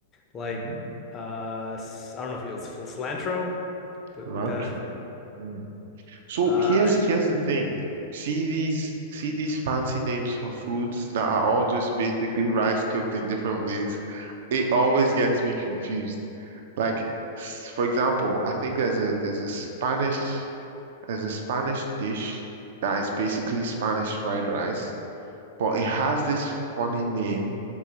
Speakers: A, on the left (about 25°); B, on the right (about 55°).
A: Like
B: hmm
A: uh s- I don't know if you cil- cilantro. The, the,
B: Cilantro. Mm. So
A: uh,
B: here's
A: uh
B: here's the thing. See these see these fancy names for foods that are all just basically rice cooked in different ways. It always gets me confused. Like s- for example, I think there's a there's a Spanish there's a Spanish dish that is basically Spanish fried rice. but it has this funny name.